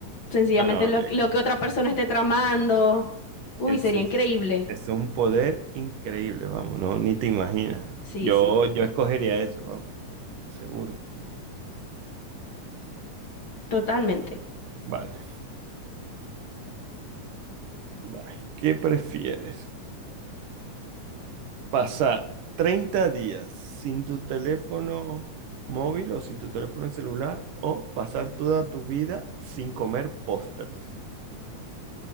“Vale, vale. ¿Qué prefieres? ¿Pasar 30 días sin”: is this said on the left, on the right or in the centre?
Right